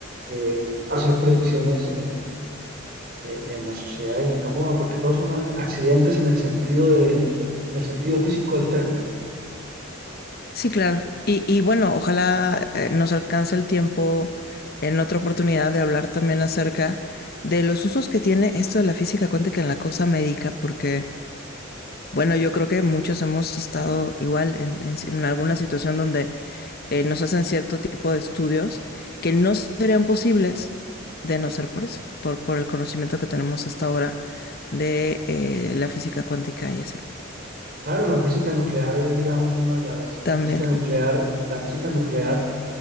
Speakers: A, on the right; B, on the left.
A: eh, hacer predicciones en, eh, en la sociedad y en el campo humano, porque todos son ac- accidentes en el sentido de, en el sentido físico del término.
B: Sí, claro. Y, y bueno, ojalá eh, nos alcance el tiempo en otra oportunidad de hablar también acerca de los usos que tiene esto de la física cuántica en la cosa médica, porque, bueno, yo creo que muchos hemos estado igual en, en si- en alguna situación donde eh, nos hacen cierto tipo de estudios que no serían posibles de no ser por eso, por, por el conocimiento que tenemos hasta ahora de eh, la física cuántica y así.
A: Claro, la física nuclear es, digamos, una de las,
B: También.
A: la física nuclear, la física nuclear,